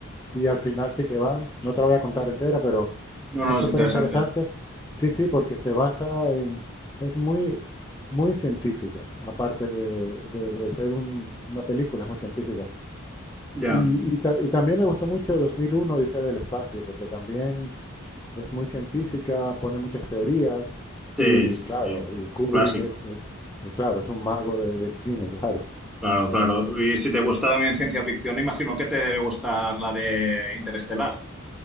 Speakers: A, on the left; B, in the centre.
A: y al final sí que van. No te la voy a contar entera, pero
B: No, no,
A: es súper
B: es interesante.
A: interesante. Sí, sí, porque se basa en... Es muy, muy científica, aparte de, de- de ser un- una película, es muy científica.
B: Ya.
A: Y, y ta- y también me gustó mucho dos mil uno dice del espacio, porque también es muy científica, pone muchas teorías
B: Sí,
A: y
B: sí,
A: claro,
B: sí.
A: y Kubrick
B: Un clásico.
A: es, es- es claro, es un mago de- del cine, claro.
B: Claro, claro. Y si te gusta también ciencia ficción, imagino que te debe gustar la de Interestelar.